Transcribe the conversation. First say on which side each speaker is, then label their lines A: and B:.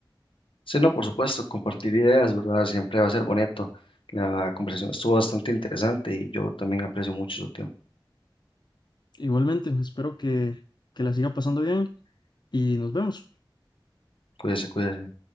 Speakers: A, on the left; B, on the left.
A: Sí, no, por supuesto, compartir ideas, ¿verdad? Siempre va a ser bonito. La conversación estuvo bastante interesante y yo también aprecio mucho su tiempo.
B: Igualmente, espero que, que la siga pasando bien y nos vemos.
A: Cuídese, cuídese.